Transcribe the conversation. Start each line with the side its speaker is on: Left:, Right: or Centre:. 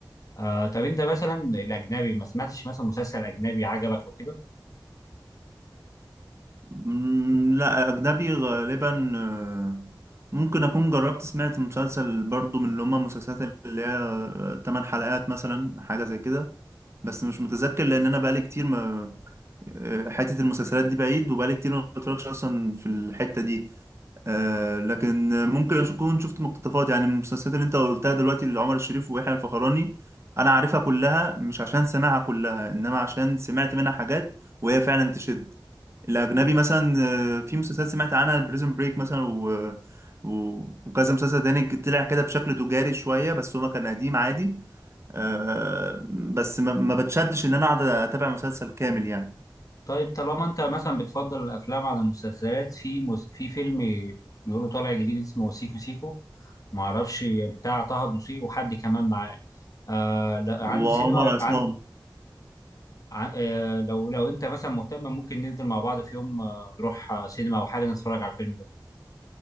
Left: آه طب انت مثلا الاجنبي ما سمعتش مثلا مسلسل اجنبي عجبك او كده
Right: مم، لا أجنبي غالبا آه، ممكن أكون جربت سمعت مسلسل برضو من اللي هما المسلسلات اللي هي آه، تمن حلقات مثلا حاجة زي كده بس مش متذكر لأن أنا بقالي كتير ما آه، حتة المسلسلات دي بعيد وبقالي كتير ما بتفرجش أصلا في الحتة دي آه لكن ممكن أكون شفت مقتطفات يعني من المسلسلات اللي أنت قلتها دلوقتي اللي عمر الشريف ويحيى الفخراني أنا عارفها كلها مش عشان سامعها كلها إنما عشان سمعت منها حاجات وهي فعلا تشد الأجنبي مثلا آه، في مسلسلات سمعت عنها البريزن بريك مثلا و... و... وكذا مسلسل تاني طلع كده بشكل تجاري شوية بس هو كان قديم عادي آه بس ما, ما بتشدش إن أنا أقعد أتابع مسلسل كامل يعني
Left: طيب طالما انت مثلا بتفضل الافلام على المسلسلات في مس... في فيلم بيقولوا طالع جديد اسمه سيكو سيكو ما اعرفش بتاع طه دسوقي وحد كمان معاه آه لا عندي
Right: وعمر
Left: سينما
Right: عصام
Left: عند ع- آه لو لو انت مثلا مهتم ممكن ننزل مع بعض في يوم آه، نروح آه، سينما او حاجه نتفرج على الفيلم ده